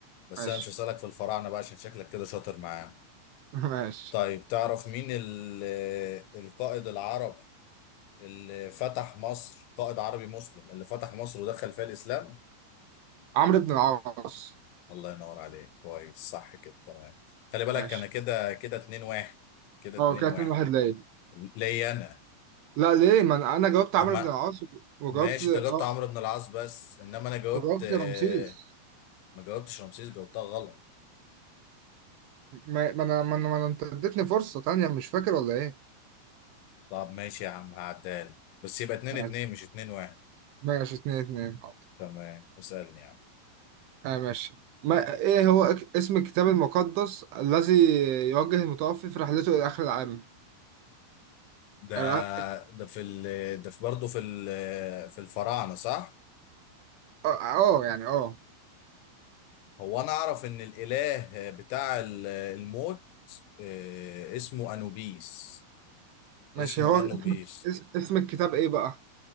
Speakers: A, on the left (about 85°); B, on the right (about 70°).
A: بس
B: ماشي
A: انا مش هسألك في الفراعنة بقى عشان شكلك كده شاطر معاه
B: <laughs> ماشي
A: طيب تعرف مين ال- القائد العربي اللي فتح مصر قائد عربي مسلم اللي فتح مصر ودخل فيها الاسلام
B: عمرو بن العاص
A: الله ينور عليك كويس صح كده تمام خلي بالك
B: ماشي
A: انا كده كده 2 1 كده 2
B: اه كده
A: 1
B: 2 1 ليه
A: ليا انا
B: لا ليه ما انا أنا جاوبت عمرو
A: ما
B: بن العاص وجاوبت
A: ماشي
B: اه
A: ده جبت عمرو بن العاص بس انما انا جاوبت
B: وجاوبت
A: آه،
B: رمسيس
A: ما جاوبتش رمسيس جاوبتها غلط
B: ما ما انا ما انا ما أنا- انت اديتني فرصة تانية مش فاكر ولا ايه
A: طب ماشي يا عم هعدال بس يبقى 2
B: يعني
A: 2 مش 2 1
B: ماشي 2 2 حاضر
A: تمام اسألني يا عم
B: اه ماشي ما ايه هو اك- اسم الكتاب المقدس الذي يوجه المتوفي في رحلته الى اخر العالم
A: ده
B: الع-
A: ده في ال ده في برضه في ال في الفراعنة صح؟
B: اه آه، يعني اه
A: هو أنا أعرف إن الإله بتاع ال- الموت آه، اسمه أنوبيس
B: ماشي
A: اسمه
B: هو
A: أنوبيس
B: اسم اس- اسم الكتاب ايه بقى